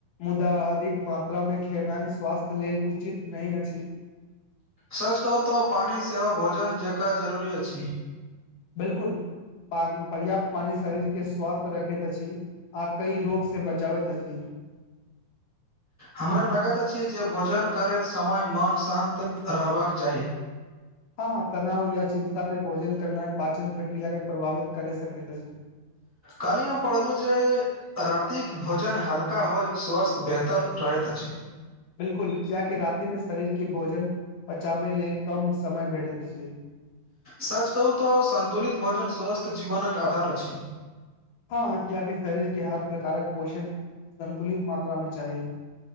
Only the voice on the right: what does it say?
सच कहू तऽ पानी सेहो भोजन जेकाँ जरूरी अछि।
हमरा लागैत अछि जे भोजन करैत समय मन शांन्त रहबाक चाही।
काल्ही हम पढ़लु जे- - रातिक भोजन हल्का होइ स्वस्थ्य बेहतर रहैत अछि।
सच कहू तऽ सन्तुलित भोजन स्वस्थ्य जीवनक आधार अछि।